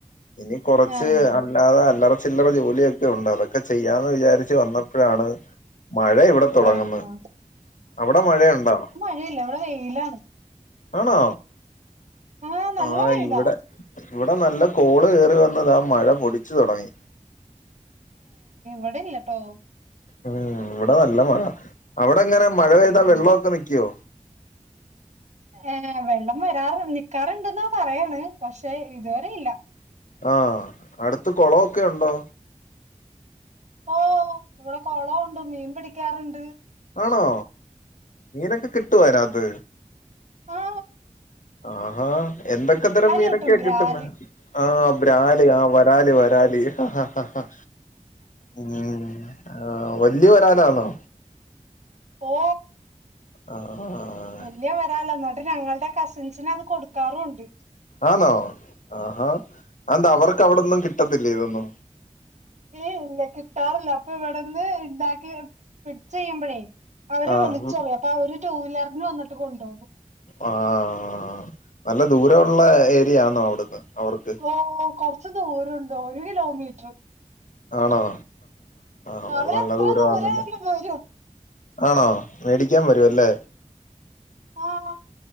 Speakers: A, on the left; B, on the right.
A: ഇനി കൊറച്ച്
B: ആഹ്
A: അല്ലാതെ അല്ലറ ചില്ലറ ജോലിയൊക്കെ ഉണ്ട് അതൊക്കെ ചെയ്യാന്ന് വിചാരിച്ച് വന്നപ്പോഴാണ് മഴ ഇവിടെ തുടങ്ങന്ന്.
B: ആഹ് ആഹ്
A: അവിടെ മഴയുണ്ടോ?
B: അല്ല അവിടെ വെയിലാണ്.
A: ആണോ
B: ആഹ് നല്ല
A: ആ
B: വെയിലാ
A: ഇവിടെ ഇവിടെ നല്ല കോള് കയറിവന്ന് ദാ മഴ പൊടിച്ചു തുടങ്ങി.
B: ഇവിടെയില്ലാട്ടോ
A: ഉം ഇവിടെ നല്ല മഴ. അവിടെ എങ്ങനെ മഴ പെയ്താ
B: ഉം
A: വെള്ളമൊക്കെ നിക്കുവോ
B: ഏ വെള്ളം വരാറ് നിക്കാറുണ്ടെന്ന പറയണ്. പക്ഷെ ഇതുവരെയില്ല
A: ആ അടുത്ത അടുത്ത് കുളം ഒക്കെ ഉണ്ടോ?
B: ഓ ഇവിടെ കുളം ഉണ്ട് മീൻ പിടിക്കാറുണ്ട്.
A: ആണോ മീനൊക്കെ കിട്ടുവോ അതിനകത്ത്?
B: ആ
A: ആഹാ എന്തൊക്കെ തരം മീനൊക്കെയാ
B: കിട്ടും
A: കിട്ടുന്നേ?
B: ബ്രാല്
A: ആ ബ്രാലി ആ വരാലി വ ബ്രാലി ആ ആ ഉം ആ വലിയ വരാലാന്നോ?
B: ഓ
A: ആ ആഹ്
B: വലിയ വരാലാ എന്നട്ട് ഞങ്ങളുടെ കസിൻസിന് അത് കൊടുക്കാറുണ്ട്
A: ആന്നോ ആഹാ അതെന്താ അവർക്ക് അവിടൊന്നും കിട്ടത്തില്ലേ ഇതൊന്നും
B: ഏയ് ഇല്ല കിട്ടാറില്ല അപ്പൊ ഇവിടെന്ന് ഇണ്ടാക്കി പിടിച്ച് കയ്യുമ്പഴേ അവര്
A: ആഹ്
B: വിളിച്ചു പറിയും അപ്പൊ അവര് ടു വീലറിന് വന്നിട്ട് കൊണ്ടുപോകും.
A: ആഹ് ആഹ് ആ നല്ല ദൂരം ഉള്ള ഏരിയ ആന്നോ അവിടുന്ന് അവർക്ക്
B: ഓ കൊറച്ച് ദൂരം ഉണ്ട് ഒരു കിലോമീറ്റർ
A: ആണോ അന്നേരം
B: അവര്
A: നല്ല
B: എത്ര
A: ദൂരമാന്നല്ലേ
B: ദൂരായാലും വരും
A: ആണോ മേടിക്കാൻ വരുവല്ലേ?
B: ആഹ്